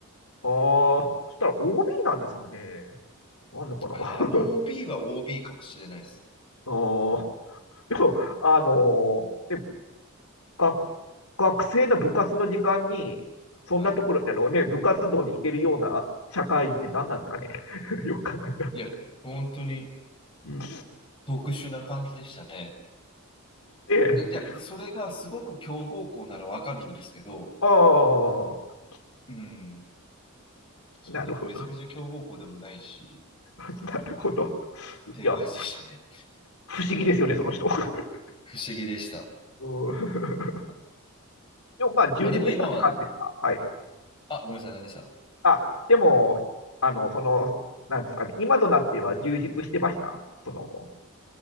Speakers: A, on the left; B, on the left.
A: ああ、そしたら OB なんですかね。なんでかな。
B: ああ、
A: <laughs> あ
B: OB は OB かもしれないです。
A: あ、でも、あのーで学学生の部活の時間に、そんなところ、
B: はい。
A: あのね、部活動に行けるような社会人って何なんですかね。<laughs> よく考えたら。
B: いや、本当に
A: うん
B: 特殊な感じでしたね。
A: ええ、
B: で、じゃあ、それがすごく強豪校ならわかるんですけど、
A: ああ、
B: うん、そんなめちゃめちゃ強豪校でもないし、
A: なるほど、<laughs> なるほど。いや、
B: っていう感じでしたね。
A: 不思議ですよね、その人。<laughs>
B: 不思議でした。
A: うんでもまあ、充実したって感じですか。
B: まあでも今は、
A: はい。
B: あ、ごめんなさい、何でした
A: あ、でも、あの、その、なんですかね、今となっては充実してました。その、